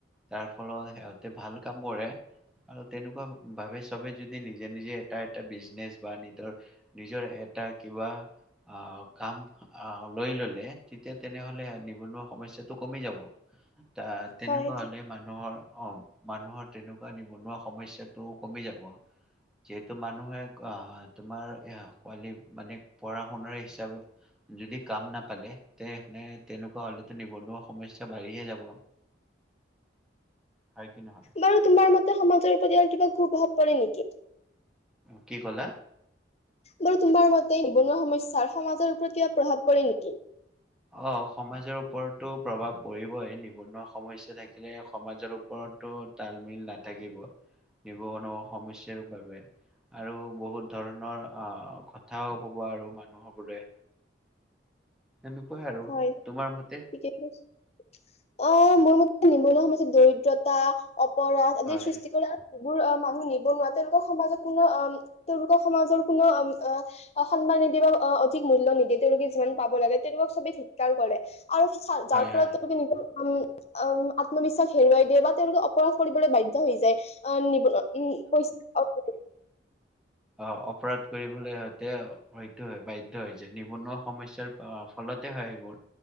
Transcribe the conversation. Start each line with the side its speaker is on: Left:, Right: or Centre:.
Centre: তাৰ ফলত সিহঁতে ভাল কাম কৰে আৰু তেনেকুৱা ভাৱে চবে যদি নিজে নিজে এটা এটা বিজনেচ বা নিজৰ নিজৰ এটা কিবা আহ কাম আহ লৈ ললে তেতিয়া তেনেহলে নিবনুৱা সমস্যাটো কমি যাব। ত তেনেকুৱা
Left: হয় ঠিক
Centre: হলে মানুহৰ অ মানুহৰ তেনেকুৱা নিবনুৱা সমস্যাটোও কমি যাব। যিহেতু মানুহে আহ তোমাৰ কোৱালি মানে পঢ়া শুনাৰ হিচাপে যদি কাম নাপালে তে নে তেনেকুৱা হলে নিবনুৱা সমস্যা বাঢ়িহে যাব। হয় কি নহয়
Left: বাৰু তোমাৰ মতে সমাজৰ প্ৰতি কিবা কু প্ৰভাৱ পৰে নেকি?
Centre: কি ক'লা?
Left: বাৰু তোমাৰ মতে নিবনুৱা সমস্যাৰ সমাজৰ ওপৰত কিবা প্ৰভাৱ পৰে নেকি?
Centre: আহ সমাজৰ ওপৰতো প্ৰভাৱ পৰিবই, নিবনুৱা সমস্যা থাকিলে সমাজৰ ওপৰতো তালমিল নাথাকিব। নিবনুৱা সমস্যাৰ বাবে, আৰু বহুত ধৰণৰ আহ কথাও ক'ব আৰু মানুহবোৰে। এনেকুৱাই আৰু।
Left: হয়
Centre: তোমাৰ মতে?
Left: ঠিকে কৈছে। অ মোৰ মতে নিবনুৱা সমস্যাই দৰিদ্ৰতা অপৰাধ আদিৰ
Centre: হয়
Left: সৃষ্টি কৰে। বোৰ মানুহ নিবনোৱাৰা তেওঁলোকৰ সমাজক কোনো অ তেওঁলোকৰ সমাজৰ কোনোম সন্মান নিদিয়ে বা অ অধিক মূলয় নিদিয়ে, তেওঁলোকে যিমান পাব লাগে, তেওঁওলোকক চবে ধিকাৰ কৰে। আৰু
Centre: হয়
Left: যাৰ ফলত
Centre: হয়
Left: কি <unintelligible> ম উম আত্মবিশ্বাস হেৰুৱাই দিয়ে, বা তেওঁলোকে অপৰাধ কৰিবলৈ বাধ্য হৈ যায়। অ নিবনোৱা পইচা
Centre: অ অপৰাধ কৰিবলৈ সতে হয়তো হয় বাধ্যয় হৈ যায়। নিবনুৱা সমস্যাৰ ফলতে হয় সেইবোৰ।